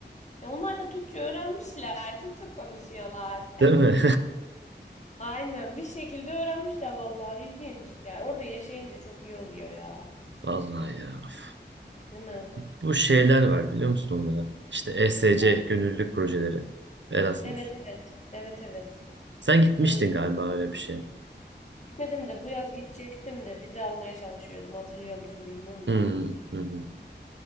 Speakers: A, on the left (about 40°); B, on the right (about 75°).
A: Ya onlar da Türkçe öğrenmişler. Türkçe konuşuyorlar.
B: Değil mi?
A: Aynen bir şekilde öğrenmişler vallahi ilginç. Yani orada yaşayınca çok iyi oluyor ya.
B: <laughs> Vallahi ya. Üf.
A: Değil mi?
B: Bu şeyler var biliyor musun onlara? İşte ESC
A: Hı.
B: gönüllülük projeleri. Erasmus.
A: Evet evet. Evet evet.
B: Sen gitmiştin
A: Duy
B: galiba öyle bir şeye.
A: Gitmedim de bu yaz gidecektim de vize almaya çalışıyordum. Hatırlıyor musun bilmiyorum
B: Hı
A: da.
B: hı. hı.